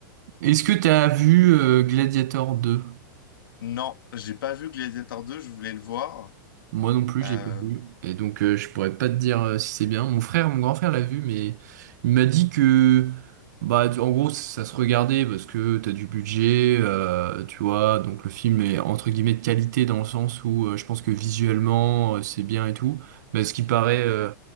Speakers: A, on the right (about 55°); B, on the left (about 80°).
A: Est-ce que tu as vu euh, Gladiator 2?
B: Non, j'ai pas vu Gladiator 2, je voulais le voir.
A: Moi non plus,
B: Euh,
A: j'ai pas vu. Et donc, euh, je pourrais pas te dire euh, si c'est bien. Mon frère, mon grand frère l'a vu, mais il m'a dit que, bah, du- en gros, ça se regardait parce que t'as du budget, euh, tu vois. Donc, le film est entre guillemets de qualité dans le sens où euh, je pense que visuellement, euh, c'est bien et tout. Mais ce qui paraît, euh,